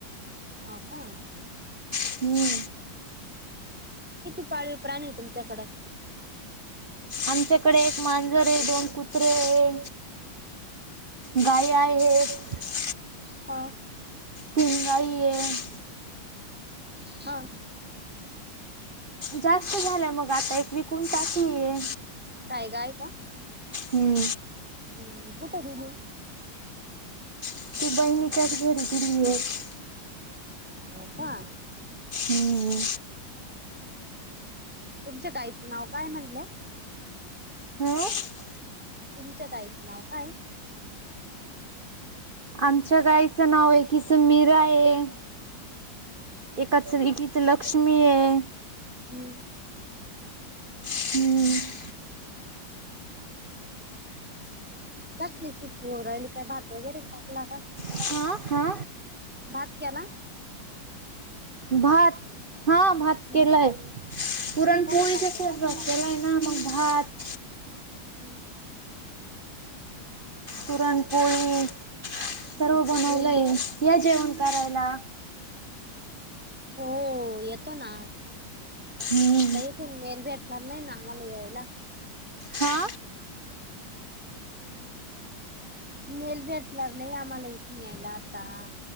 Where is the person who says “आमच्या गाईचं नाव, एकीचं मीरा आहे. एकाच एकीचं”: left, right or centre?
Right